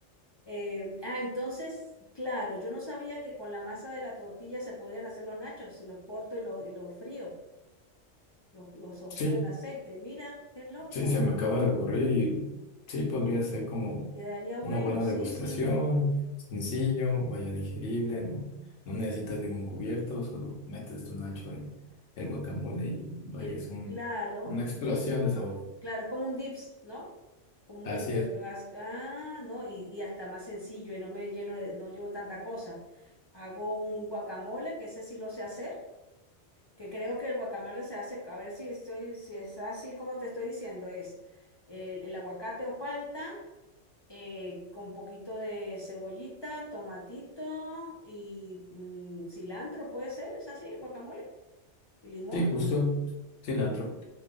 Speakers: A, on the left; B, on the left.
A: Eh, ah, entonces, claro, yo no sabía que con la masa de la tortilla se podían hacer los nachos, si los corto y los, y los frío, los, los sofrío
B: Sí,
A: en aceite. Mira, qué loco.
B: sí, se me acaba de ocurrir y sí, podría ser como
A: Quedaría bueno,
B: una buena
A: sí,
B: degustación,
A: sí.
B: sencillo, vaya digerible, no, no necesitas ningún cubierto, solo metes tu nacho en el guacamole y vaya,
A: El-
B: es un,
A: claro.
B: una explosión de sabor.
A: Claro, es como un dips, ¿no? Comúnmente
B: Así es,
A: que vas acá, ¿no? Y, y hasta más sencillo y no me lleno de, no llevo tanta cosa. Hago un guacamole, que ese sí lo sé hacer, que creo que el guacamole se hace, a ver si estoy, si es así como te estoy diciendo, es el, el aguacate o palta, eh, con poquito de cebollita, tomatito y mm, cilantro, puede ser, es así, el guacamole y limón.
B: sí, justo, cilantro.